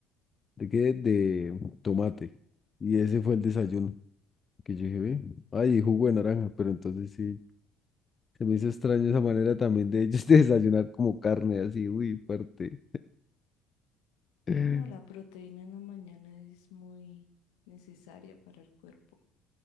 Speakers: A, on the left; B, on the left.
A: ¿de qué? De tomate. Y ese fue el desayuno que yo dije, ve, ay, y jugo de naranja, pero entonces sí, se me hizo extraño esa manera también de ellos <laughs> de desayunar como carne así, uy, fuerte. <laughs>
B: Sí, no, la proteína en la mañana es muy necesaria para el cuerpo.